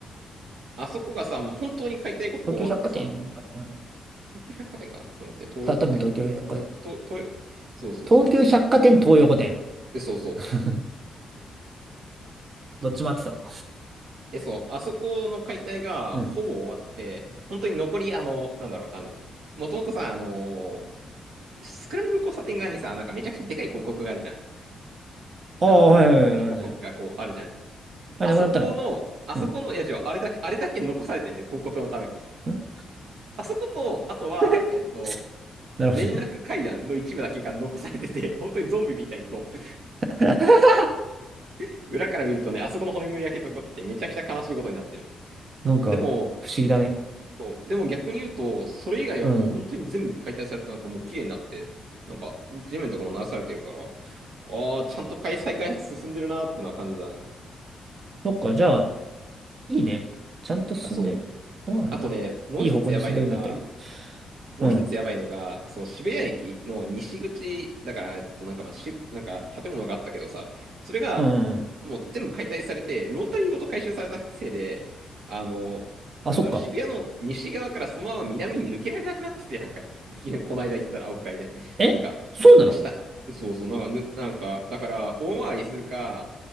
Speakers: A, on the right (about 75°); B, on the right (about 40°).
A: あそこがさ、もう本当に解体がほぼ終わってさ、
B: 東急百貨店かな。うん
A: 東急百貨店かなちょっと待って、東横店東横、
B: さあ、多分東急百貨店。
A: 東、東、そうそうそう。
B: 東急百貨店、東横店。
A: でそうそう。
B: <laughs> どっちも合ってたわ。
A: え、そう、あそこの解体がほぼ終わって、
B: うん。
A: 本当に残り、あの、なんだろう、あの、もともとさ、あの、スクランブル交差点側にさ、なんかめちゃくちゃでかい広告があるじゃん。
B: ああ、
A: あの、
B: はいはいはい、
A: 張り広告がこうあるじゃん。
B: あるね。あれ、
A: あそこの、
B: なくなったの
A: あそこの、
B: うん。
A: いや違う、あれだけ、あれだけ残されてんで、広告のために。
B: うん
A: あそこと、あとは、
B: <laughs>
A: えっと、
B: なるほどね。
A: 連絡階段の一部だけが残されてて、<laughs> 本当にゾンビみたいにこう、
B: <laughs>
A: <laughs> 裏から見るとね、あそこの骨組みだけ残っててめちゃくちゃ悲しいことになってる。
B: なんか、
A: でも、
B: 不思議だね。
A: そう。でも逆に言うと、それ以外はもう本当に全部解体されて、
B: うん。
A: なんかもう綺麗になって、なんか地面とかも鳴らされてるから、ああ、ちゃんと再開発進んでるなーってのは感じだね。
B: そっか、じゃあ、いいね。ちゃんと進んでる。
A: あ、そう。
B: どうなんだろう。
A: あとね、もう一つやばいのが、
B: いい方向に進んでるんだったらいいけ
A: もう一つやばいのが、
B: ど。うん。
A: その渋谷駅の西口、だから、えっと、なんかまあし、なんか建物があったけどさ、それが、
B: うんうんうん。
A: もう全部解体されて、ロータリーごと回収されたせいで、あの、
B: あ、
A: なんだろう、
B: そっか。
A: 渋谷の西側からそのまま南に抜けられなくなってて、なんか、<laughs> この間行ったら、青深いで、
B: えそうなの
A: なんか、下、そうそう、なんか、ぬなんか、だから、大回りするか、